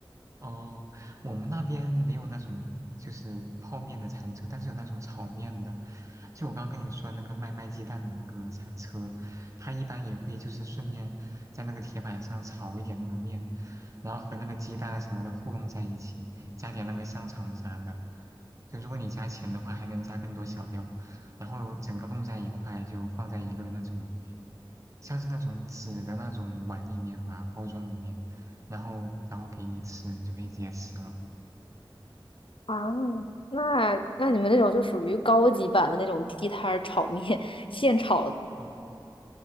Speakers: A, on the right; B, on the left.
A: 哦，我们那边没有那种就是泡面的餐车，但是有那种炒面的。就我刚跟你说的那个卖卖鸡蛋的那个餐车，它一般也会就是顺便在那个铁板上炒一点那个面，然后和那个鸡蛋什么的糊弄在一起，加点那个香肠啥的。就如果你加钱的话，还能加更多小料，然后整个弄在一块，就放在一个那种像是那种纸的那种碗里面吧，包装里面。然后然后给你吃，你就可以直接吃了。
B: 啊，那那你们那种就属于高级版的那种地摊儿炒面，<laughs> 现炒的
A: 嗯，